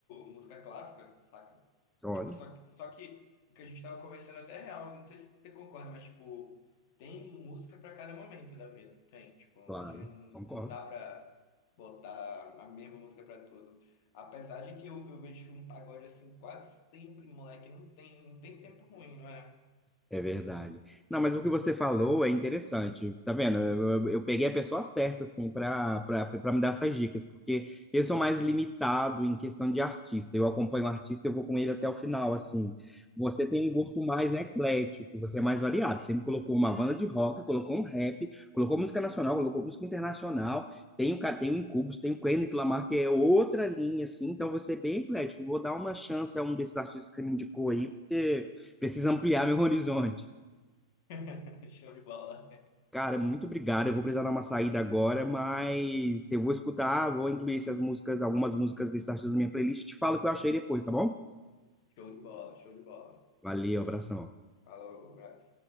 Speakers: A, on the left (about 50°); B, in the centre.
A: música clássica, saca?
B: Olha,
A: Tipo, só que, só que o que a gente tava conversando até é real, não sei se você concorda, mas tipo, tem música pra cada momento da vida, não tem? Tipo, não,
B: claro,
A: adianta, não
B: concordo.
A: dá pra botar a mesma música pra tudo. Apesar de que eu, eu vejo um pagode assim quase sempre, moleque, não tem, não tem tempo ruim, não é?
B: É verdade. Não, mas o que você falou é interessante. Tá vendo? Eu, eu- eu peguei a pessoa certa, assim, para para me dar essas dicas, porque eu sou mais limitado em questão de artista. Eu acompanho o artista, eu vou com ele até o final, assim. Você tem um gosto mais eclético, você é mais variado. Você me colocou uma banda de rock, colocou um rap, colocou música nacional, colocou música internacional. Tem o, Ca- tem o Incubus, tem o Kendrick Lamar, que é outra linha, assim. Então, você é bem eclético. Vou dar uma chance a um desses artistas que você me indicou aí, porque preciso ampliar meu horizonte.
A: <laughs> Show de bola.
B: Cara, muito obrigado. Eu vou precisar dar uma saída agora, mas eu vou escutar, vou incluir essas músicas, algumas músicas desses artistas na minha playlist e te falo o que eu achei depois, tá bom?
A: Show de bola, show de bola.
B: Valeu, abração.
A: Falou, Brás.